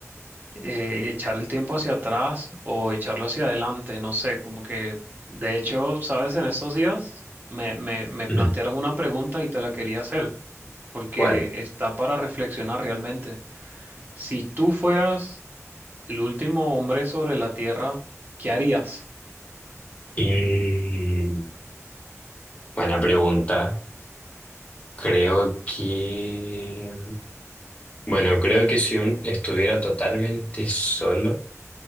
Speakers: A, on the right (about 35°); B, on the left (about 30°).
A: eh, echar el tiempo hacia atrás o echarlo hacia adelante, no sé, como que, de hecho, sabes, en estos días me, me, me
B: Mm.
A: plantearon una pregunta y te la quería hacer, porque
B: ¿Cuál?
A: está para reflexionar realmente. Si tú fueras El último hombre sobre la Tierra, ¿qué harías?
B: Y buena pregunta. Creo que, bueno, creo que si uno estuviera totalmente solo,